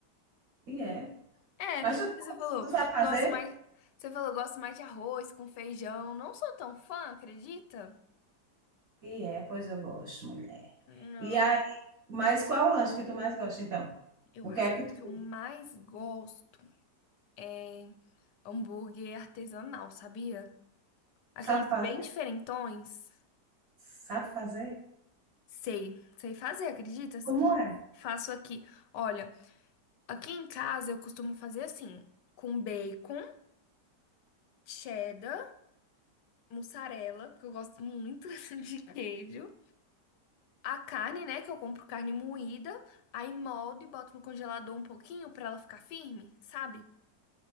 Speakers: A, on the right; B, on the left.
A: E é.
B: É,
A: Mas tu, faz,
B: você falou,
A: tu sabe fazer?
B: gosto mais. Você falou, gosto mais de arroz com feijão. Não sou tão fã, acredita?
A: E é, pois eu gosto, mulher.
B: Não,
A: E Mas qual o lanche que tu mais gosta, então?
B: eu
A: O
B: acho
A: que é que
B: que o
A: tu
B: que eu mais gosto é hambúrguer artesanal, sabia? Aqueles
A: sabe fazer?
B: bem diferentões.
A: Sabe fazer?
B: Sei, sei fazer, acreditas?
A: Como é?
B: Faço aqui. Olha, aqui em casa eu costumo fazer assim, com bacon, cheddar. mussarela, porque eu gosto muito <laughs> de queijo. A carne, né, que eu compro carne moída, aí moldo e boto no congelador um pouquinho pra ela ficar firme, sabe?